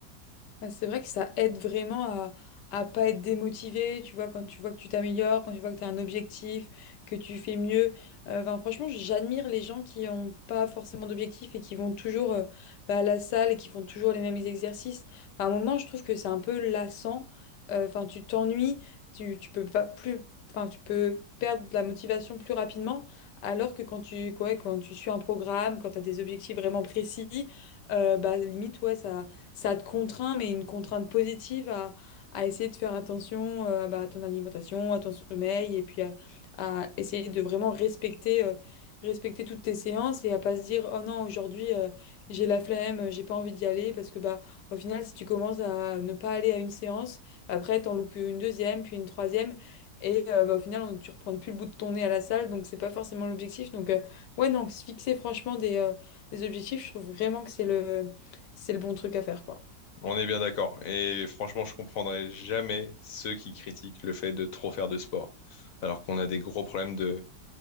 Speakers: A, on the left; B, on the left.
A: Bah, c'est vrai que ça aide vraiment à, à pas être démotivé, tu vois, quand tu vois que tu t'améliores, quand tu vois que tu as un objectif, que tu fais mieux. Euh, Enfin, franchement, j'admire les gens qui n'ont pas forcément d'objectif et qui vont toujours euh, bah, à la salle et qui font toujours les mêmes exercices. Enfin, à un moment, je trouve que c'est un peu lassant. Euh, Enfin, tu t'ennuies, tu, tu peux pas plus, enfin, tu peux perdre de la motivation plus rapidement, alors que quand tu, ouais, quand tu suis un programme, quand tu as des objectifs vraiment précis, euh, bah, limite, ouais, ça ça te contraint, mais une contrainte positive à, à essayer de faire attention euh, bah, à ton alimentation, à ton sommeil, et puis à, à essayer de vraiment respecter, euh, respecter toutes tes séances et à pas se dire, oh non, aujourd'hui, euh, j'ai la flemme, j'ai pas envie d'y aller, parce que bah, au final, si tu commences à ne pas aller à une séance, bah, après, t'en loupes une deuxième, puis une troisième. Et euh, bah, au final, on, tu reprends plus le bout de ton nez à la salle, donc c'est pas forcément l'objectif. Donc, euh, ouais, non, se fixer franchement des, euh, des objectifs, je trouve vraiment que c'est le, c'est le bon truc à faire, quoi.
B: On est bien d'accord, et franchement, je comprendrai jamais ceux qui critiquent le fait de trop faire de sport, alors qu'on a des gros problèmes de